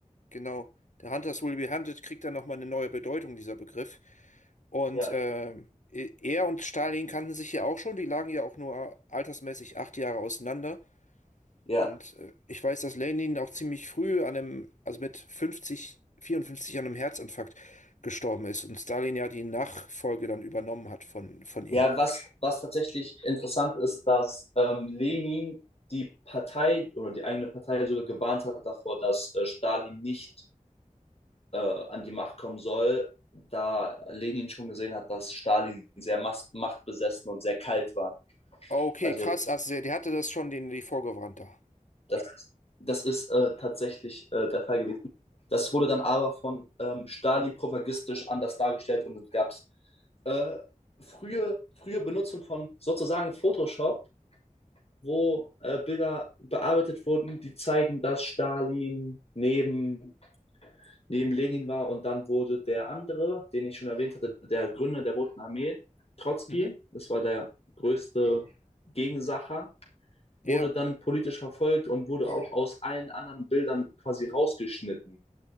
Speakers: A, on the left (about 65°); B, on the left (about 50°).
A: genau. Der Hunters will be hunted kriegt dann nochmal eine neue Bedeutung, dieser Begriff. Und
B: ja,
A: ähm, e- er und Stalin kannten sich ja auch schon, die lagen ja auch nur altersmäßig acht Jahre auseinander.
B: ja.
A: Und äh, ich weiß, dass Lenin auch ziemlich früh an einem, also mit 50, 54 an einem Herzinfarkt gestorben ist und Stalin ja die Nachfolge dann übernommen hat von, von ihm.
B: Ja, was, was tatsächlich interessant ist, dass ähm, Lenin die Partei oder die eigene Partei sogar gewarnt hat davor, dass äh, Stalin nicht äh, an die Macht kommen soll, da Lenin schon gesehen hat, dass Stalin sehr mas- machtbesessen und sehr kalt war.
A: Okay,
B: Also
A: krass, also der, der hatte das schon, den, die vorgewarnt da.
B: das, das ist äh, tatsächlich äh, der Fall gewesen. Das wurde dann aber von ähm, Stalin propagandistisch anders dargestellt und es gab äh, frühe, frühe Benutzung von sozusagen Photoshop wo äh, Bilder bearbeitet wurden, die zeigen, dass Stalin neben, neben Lenin war und dann wurde der andere, den ich schon erwähnt hatte, der Gründer der Roten Armee, Trotzki,
A: Mhm.
B: das war der größte Gegensacher, wurde
A: Ja,
B: dann politisch verfolgt und wurde auch aus allen anderen Bildern quasi rausgeschnitten.